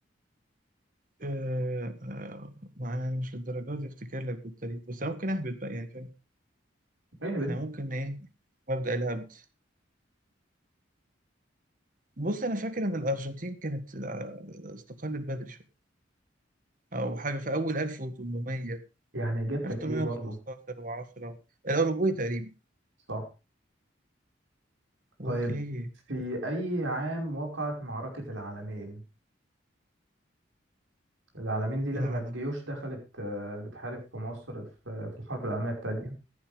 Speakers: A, on the right; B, on the right.
A: آه، آه، ما أنا مش للدرجة دي أفتكر لك بالتاريخ بس أنا ممكن أهبط بقى يعني
B: اهبد
A: احنا ممكن ايه مبدأ الهبد بص انا فاكر ان الارجنتين كانت آه، استقلت بدري شويه او حاجه في اول 1800
B: يعني إجابتك
A: 1815
B: إيه برضو
A: و10 الاوروجواي تقريبا
B: صح
A: اوكي
B: طيب في أي عام وقعت معركة العالمين العالمين دي لما
A: العالم
B: الجيوش دخلت آه، بتحارب في مصر في في الحرب العالمية التانية